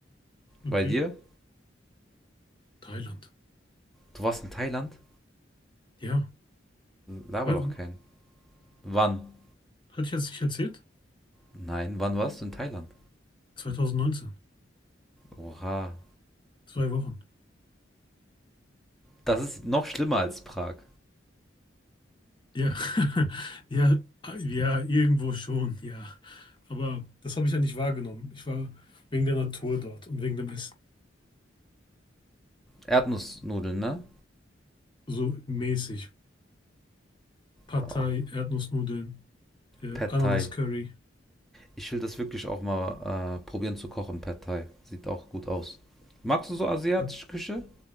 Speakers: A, on the left; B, in the centre.
A: Okay.
B: Bei dir?
A: Thailand.
B: Du warst in Thailand?
A: Ja.
B: Laber
A: Was?
B: doch keinen. Wann?
A: Hatte ich das nicht erzählt?
B: Nein, wann warst du in Thailand?
A: 2019,
B: Oha.
A: zwei Wochen.
B: Das ist noch schlimmer als Prag.
A: Ja, <laughs> ja, ja, irgendwo schon, ja. Aber das habe ich ja nicht wahrgenommen. Ich war wegen der Natur dort und wegen dem Essen.
B: Erdnussnudeln, ne?
A: So mäßig. Partei,
B: Oh,
A: Erdnussnudeln, äh,
B: Pad
A: Ananas-Curry.
B: Thai. Ich will das wirklich auch mal äh, probieren zu kochen, Pad Thai. Sieht auch gut aus. Magst du so asiatische
A: Hat-
B: Küche?